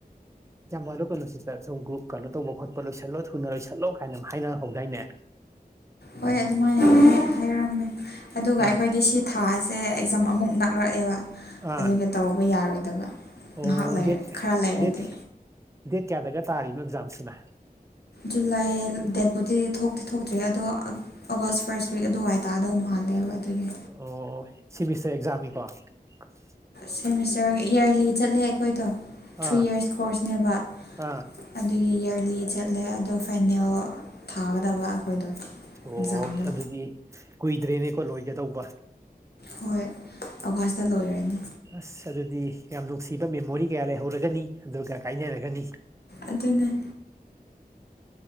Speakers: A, on the right (about 20°); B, on the left (about 80°).
A: ꯀꯩꯅꯣ <unintelligible> ꯁꯤꯗ ꯁꯣꯝ ꯒ꯭ꯔꯨꯞ ꯀꯩꯅꯣ ꯇꯧꯕ ꯈꯣꯠꯄ ꯂꯣꯏꯁꯤꯜꯂꯣ ꯊꯨꯅ ꯂꯣꯏꯁꯤꯜꯂꯣ ꯀꯥꯏꯅ ꯍꯥꯏꯅꯍꯧꯗꯥꯏꯅꯦ
B: ꯍꯣꯏ ꯑꯗꯨꯃꯥꯏꯅ ꯍꯥꯏꯐ‌ꯦꯠ ꯍꯥꯏꯔꯝꯃꯦ ꯑꯗꯨꯒ
A: ꯑꯥ
B: ꯑꯩꯈꯣꯏꯗꯤ ꯁꯤ ꯊꯥꯁꯦ ꯑꯦꯛꯖꯥꯝ ꯑꯃꯨꯛ ꯅꯛꯔꯛꯑꯦꯕ
A: ꯑꯥ
B: ꯑꯗꯨꯒꯤ ꯇꯧꯕ ꯌꯥꯔꯣꯏꯗꯕ
A: ꯑꯣ
B: ꯉꯍꯥꯛ ꯂꯩꯔ
A: ꯗꯦꯠ
B: ꯈꯔ ꯂꯩꯔꯗꯤ
A: ꯗꯦꯠ ꯗꯦꯠ ꯀꯌꯥꯗꯒ ꯇꯥꯔꯤꯅꯣ ꯑꯦꯛꯖꯥꯝꯁꯤꯅ
B: ꯖꯨꯂꯥꯏ ꯗꯦꯠꯕꯨꯗꯤ ꯊꯣꯛꯇꯤ ꯊꯣꯛꯇ꯭ꯔꯤ ꯑꯗꯣ ꯑꯣꯒꯁ ꯐꯥꯔꯁ ꯋꯤꯛ ꯑꯗꯨꯋꯥꯏ ꯇꯥꯗꯧ ꯃꯥꯜꯂꯦꯕ ꯑꯗꯨꯒꯤ
A: ꯑꯣ ꯁꯤꯃꯤꯁꯇꯔ ꯑꯦꯛꯖꯥꯝꯅꯤꯀꯣ <unintelligible>
B: ꯁꯦꯃꯤꯁꯇꯔ ꯏꯌꯥꯔꯂꯤ ꯆꯠꯂꯦ ꯑꯩꯈꯣꯏꯗꯣ
A: ꯑꯥ
B: ꯊ꯭ꯔꯤ ꯏꯔꯁ ꯀꯣꯔꯁꯅꯦꯕ
A: ꯑꯥ
B: ꯑꯗꯨꯒꯤ ꯏꯌꯔꯂꯤ ꯆꯠꯂꯦ ꯑꯗꯣ ꯐꯥꯏꯅꯦꯜ ꯊꯥꯒꯗꯕ ꯑꯩꯈꯣꯏꯗꯣ
A: ꯑꯣ
B: ꯑꯦꯛꯖꯥꯝꯗꯣ
A: ꯑꯗꯨꯗꯤ ꯀꯨꯏꯗ꯭ꯔꯦꯅꯦꯀꯣ ꯂꯣꯏꯒꯗꯧꯕ
B: ꯍꯣꯏ ꯑ‌ꯣꯒꯁꯇ ꯂꯣꯏꯔꯦꯅꯦ
A: ꯑꯁ ꯑꯗꯨꯗꯤ ꯌꯥꯝ ꯅꯨꯡꯁꯤꯕ ꯃꯦꯃꯣꯔꯤ ꯀꯌꯥ ꯂꯩꯍꯧꯔꯒꯅꯤ ꯑꯗꯨꯒ ꯀꯥꯏꯅꯔꯒꯅꯤ
B: ꯑꯗꯨꯅ‌ꯦ